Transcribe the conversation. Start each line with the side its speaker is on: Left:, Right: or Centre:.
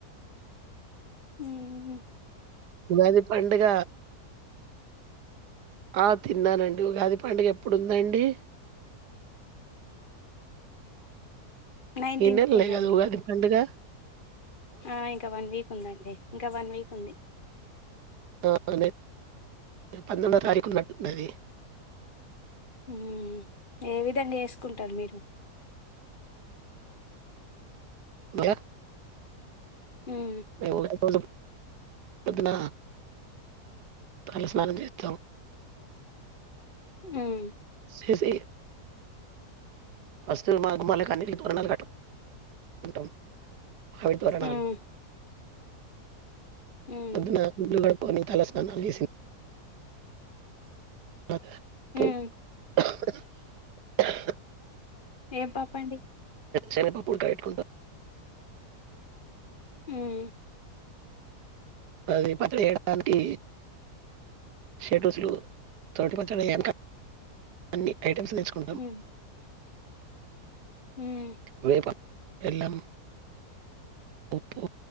Left: మ్మ్ మ్మ్
Right: ఉగాది పండగ ఆ తిన్నానండి ఉగాది పండగ ఎప్పుడుందండి <inaudible>
Left: నైటీన్త్
Right: ఈ నెలలే
Left: కుందండి
Right: కదా ఉగాది పండుగ
Left: ఆ ఇంక వన్ వీక్ ఉందండి ఇంక వన్ వీక్ ఉంది
Right: ఆ అదే పంతొమ్మిదో తారికున్నట్టున్నది
Left: మ్మ్ ఏ విధంగా చేసుకుంటారు మీరు
Right: <unintelligible>
Left: మ్మ్
Right: మేము <unintelligible> పొద్దున తల స్నానం చేస్తాం
Left: హ్మ్
Right: చేసి ఫస్ట్ మా గుమ్మలకి అన్నిటికి తోరణాలు కట్టు కుంటాం మావిడి తోరణాలు
Left: మ్మ్ మ్మ్
Right: పొద్దున ఇల్లు కడుక్కొని తల స్నానాలు చేసి తరవాత
Left: మ్మ్ ఏం పప్పు అండి
Right: శనిగి పప్పులతో పెట్టుకుంటాం
Left: మ్మ్
Right: అది పచ్చడి చేేయడానికి షడ్ రుచులు <unintelligible> అన్ని ఐటమ్స్ నేర్చుకుంటాం
Left: మ్మ్ మ్మ్
Right: వేప బెల్లం ఉప్పు